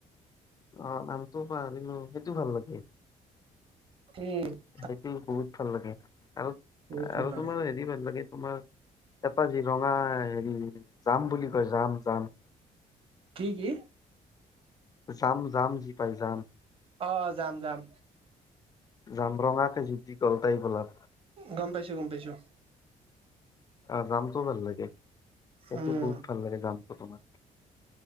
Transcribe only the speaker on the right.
<unintelligible>
বহুত ভাল
লাগে
কি, কি?
অ' জাম, জাম।
গম পাইছোঁ, গম পাইছোঁ।
উম